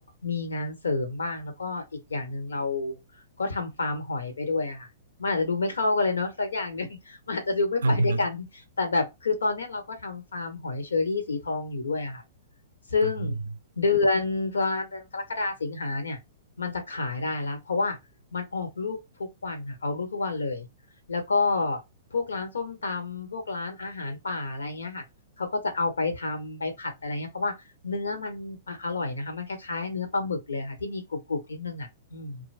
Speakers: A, on the left; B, on the right.
A: มีงานเสริมบ้างแล้วก็อีกอย่างหนึ่งเราก็ทำฟาร์มหอยไปด้วยอะค่ะมันอาจจะดูไม่เข้ากันเลยเนาะสักอย่างหนึ่ง <laughs> มันอาจจะดูไม่ไปด้วยกันแต่แบบคือตอนเนี้ยเราก็ทำฟาร์มหอยเชอรี่สีทองอยู่ด้วยอะค่ะ
B: อืม
A: ซึ่ง
B: อืม
A: เดือนประมาณเดือนกรกฎาสิงหาเนี่ยมันจะขายได้ละเพราะว่ามันออกลูกทุกวันค่ะออกลูกทุกวันเลย แล้วก็พวกร้านส้มตำ พวกร้านอาหารป่าอะไรเงี้ยค่ะ เขาก็จะเอาไปทำ ไปผัดไปอะไรเงี้ย เพราะว่าเนื้อมันอ่ะอร่อยนะคะ มันคล้ายๆเนื้อปลาหมึกเลยค่ะที่มีกรุบๆนิดนึงอ่ะอืม